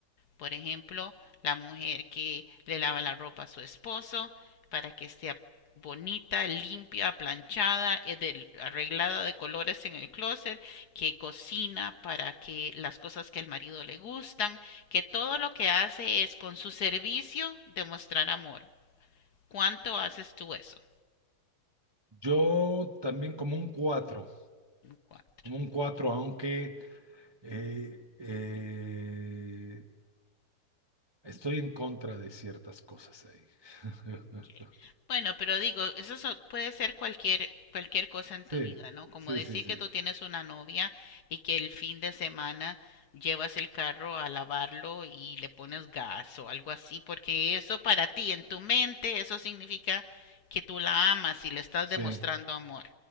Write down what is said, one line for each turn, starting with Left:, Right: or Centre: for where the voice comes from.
Left: Por ejemplo, la mujer que le lava la ropa a su esposo para que esté bonita, limpia, planchada, arreglada de colores en el closet, que cocina para que las cosas que al marido le gustan, que todo lo que hace es con su servicio demostrar amor. ¿Cuánto haces tú eso?
Right: Yo también como un cuatro,
Left: Cuatro.
Right: como un cuatro, aunque eh, eh, estoy en contra de ciertas cosas ahí.
Left: Sí.
Right: <laughs>
Left: Bueno, pero digo, eso so- puede ser cualquier cualquier cosa en
Right: Sí,
Left: tu vida, ¿no? Como
Right: sí,
Left: decir
Right: sí, sí,
Left: que tú tienes una novia y que el fin de semana llevas el carro a lavarlo y le pones gas o algo así, porque eso para ti, en tu mente, eso significa que tú la amas y le estás
Right: sí,
Left: demostrando amor.